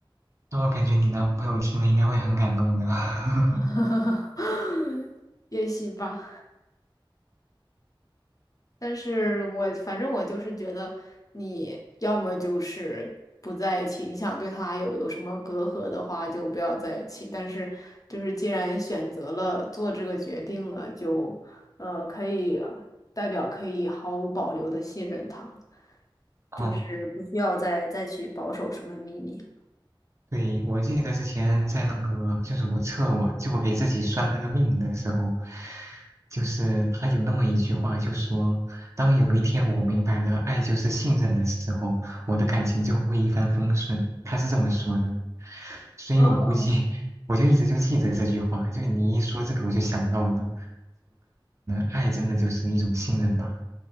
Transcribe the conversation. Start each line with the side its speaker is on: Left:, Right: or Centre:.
Right: 那我感觉你男朋友听了应该会很感动的。<laughs>
Left: <laughs> 也许吧。但是我反正我就是觉得，你要么就是不在一起，你想对他有有什么隔阂的话，就不要在一起。但是就是既然选择了做这个决定了，就呃可以代表可以毫无保留的信任他。
Right: 哦，
Left: 就是不需要再再去保守什么秘密了。
Right: 对，我记得之前在那个，就是我测我，就我给自己算那个命的时候，就是他有那么一句话，就说，当有一天我明白了爱就是信任的时候，我的感情就会一帆风顺。他是这么说的，所以我估计
Left: 哦，
Right: <laughs> 我就一直就记着这句话，就你一说这个我就想到了。爱真的就是一种信任吧，